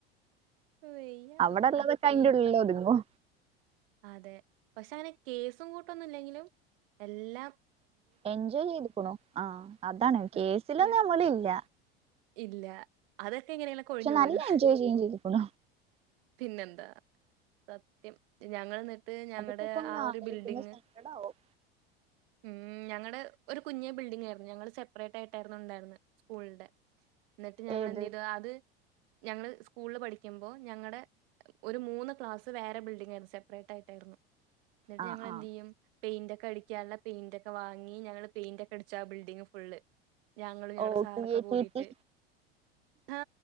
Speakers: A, on the right (about 65°); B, on the right (about 20°).
A: വെയ്യ
B: അവിടെള്ളതൊക്കെ
A: അത്രീം.
B: അയിന്റെ ഉള്ളിൽ ഒതുങ്ങും
A: അതെ പക്ഷെ അങ്ങനെ കേസും കൂട്ടൊന്നും ഇല്ലെങ്കിലും എല്ലാം
B: എൻജോയ് ചെയ്ത്ക്കണു ആഹ അതാണ് കേസിലൊന്നും
A: സത്യം.
B: നമ്മള് ഇല്ല
A: ഇല്ല അതൊക്കെ ഇങ്ങനെയല്ലാം ഒഴിഞ്ഞു പോരും
B: നല്ല എൻജോയ് ചെയ്യും ചെയ്തുക്കുണു
A: പിന്നെന്താ സത്യം ഞങ്ങൾ ഞങ്ങളുടെ
B: അതൊക്കെ ഇപ്പൊ ഒന്ന്
A: ആ ഒരു
B: ആലോചിക്കുമ്പോ
A: ബിൽഡിങ്
B: സങ്കടാവും
A: ഉം ഞങ്ങളുടെ ഒരു കുഞ്ഞ് ബിൽഡിംഗ് ആയിരുന്നു ഞങ്ങള് സെപ്പറേറ്റ് ആയിട്ടായിരുന്നു ഉണ്ടായിരുന്നു സ്കൂളിന്റെ എന്നിട്ട് ഞങ്ങള്
B: ഏത്
A: എന്ത് ചെയ്തു അത് ഞങ്ങള്ൾ സ്കൂളിൽ പഠിക്കുമ്പോൾ ഞങ്ങളടെ ഒരു മൂന്ന് ക്ലാസ് വേറെ ബിൽഡിംഗ ആയിരുന്നു സെപ്പറേറ്റ് ആയിട്ട് എന്നിട്ട്
B: ആ
A: ഞങ്ങള്
B: ആ
A: എന്ത് ചെയ്യും പെയിന്റ് ഒക്കെ അടിക്കാനുള്ള പെയിന്റ് ഒക്കെ വാങ്ങി ഞങ്ങള് പെയിന്റ് ഒക്കെ അടിച്ചു ആ ബിൽഡിംഗ് ഫുള് ഞങ്ങളും ഞങ്ങളുടെ
B: ഓ
A: സാറൊക്കെ
B: ക്രിയേറ്റിവിറ്റി
A: കൂടിട്ട് ആ